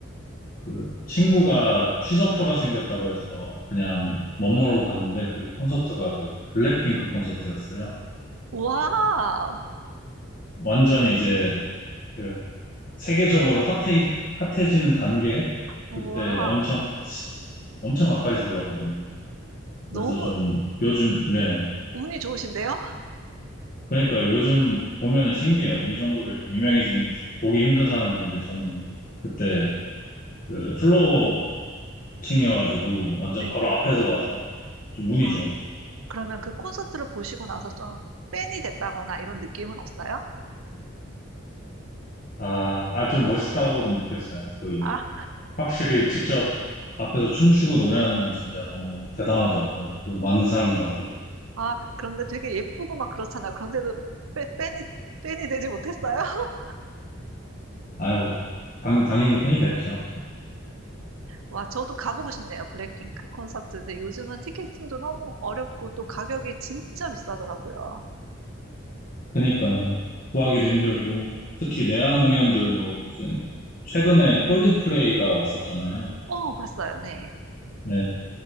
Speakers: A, on the left (about 40°); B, on the right (about 85°).
A: 그 친구가 취소표가 생겼다고 해서 그냥 멋모르고 갔는데 그 콘서트가 그 블랙핑크 콘서트였어요.
B: 와.
A: 완전히 이제 그 세계적으로 핫해, 핫해지는 단계
B: 와.
A: 그때 엄청 엄청 가까이서 봤거든요.
B: 너무
A: 그래서 좀 요즘,
B: 운-
A: 네.
B: 운이 좋으신데요?
A: 그러니까 요즘 보면은 신기해요. 이 정도로 이렇게 유명해진, 보기 힘든 사람들인데 저는 그때 그 플로어 층이어가지고 완전
B: 네.
A: 바로 앞에서 봐서 좀 운이
B: 아,
A: 좋았죠.
B: 그러면 그 콘서트를 보시고 나서 좀 팬이 됐다거나 이런 느낌은 없어요?
A: 아, 아, 좀 멋있다고도 느꼈어요. 그,
B: 아,
A: 확실히 직접 앞에서 춤추고 노래하는 게 진짜 너무 대단하더라고요. 그 많은 사람들 앞에서.
B: 아, 그런데 되게 예쁘고 막 그렇잖아. 그런데도 팬, 팬이, 팬이 되지 못했어요? <laughs>
A: 아유, 당, 당연히 팬이 됐죠.
B: 와, 저도 가보고 싶네요. 블랙핑크 콘서트. 근데 요즘은 티켓팅도 너무 어렵고 또 가격이 진짜 비싸더라고요.
A: 그니까요. 구하기도 힘들고, 특히
B: 음.
A: 내한 공연들도 이제 최근에 콜드플레이가 왔었잖아요.
B: 어, 봤어요. 네.
A: 네,